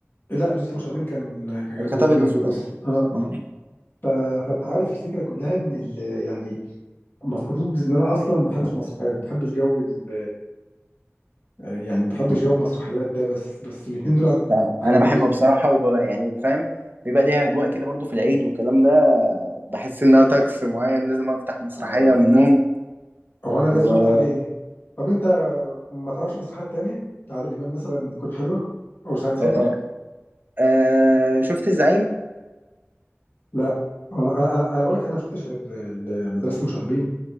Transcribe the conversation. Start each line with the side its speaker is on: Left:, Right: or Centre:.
Left: لا مش لسه مشاغبين كان كان
Right: كانت
Left: كان
Right: ابيض اسود
Left: كان بس اه
Right: اه
Left: ف... فانت عارف الفكره كلها ان ال... يعني المفروض ان انا اصلا ما بحبش المسرحيات ما بحبش جو ال... آه، يعني ما بحبش جو المسرحيات ده بس بس الاثنين دول
Right: فاهم.
Left: عجبوني
Right: انا بحبه
Left: جدا
Right: بصراحه ويعني فاهم بيبقى ليها اجواء كده برضو في العيد والكلام ده بحس انها طقس معين لازم افتح مسرحيه
Left: اه
Right: منهم
Left: هو انا لازم
Right: وايه
Left: افتح ليه دي طب انت ما تعرفش مسرحيات تانية لعادل امام مثلا تكون حلوه او سعيد صالح
Right: آه آه شفت الزعيم
Left: لا انا انا انا بقول لك انا ما شفتش غير ال- مدرسه المشاغبين